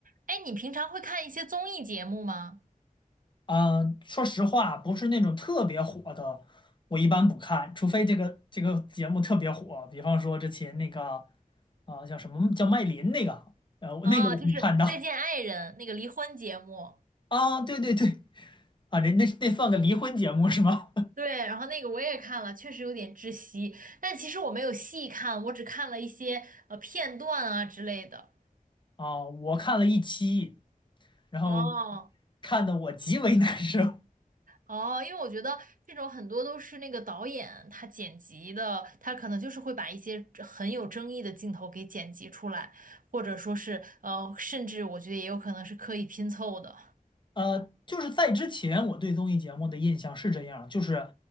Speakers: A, on the right; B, on the left.
A: 哎，你平常会看一些综艺节目吗？
B: 嗯，说实话，不是那种特别火的，我一般不看，除非这个这个节目特别火，比方说之前那个啊、叫什么叫麦琳那个，呃，我那个我会看到
A: 啊，就是《再见爱人》那个离婚节目，
B: 啊，对对对，啊，人那那算个离婚节目是吗？
A: 对，然后那个我也看了，确实有点窒息，但其实我没有细看，我只看了一些呃片段啊之类的。
B: <laughs> 啊，我看了一期，然后
A: 哦
B: 看的我极为难受。
A: 哦，因为我觉得这种很多都是那个导演他剪辑的，他可能就是会把一些很有争议的镜头给剪辑出来，或者说是呃，甚至我觉得也有可能是刻意拼凑的。
B: 呃，就是在之前我对综艺节目的印象是这样，就是